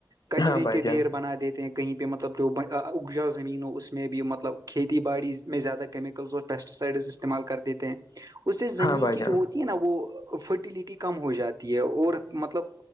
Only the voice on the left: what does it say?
ہاں بھائی
جان
ہاں بھائی جان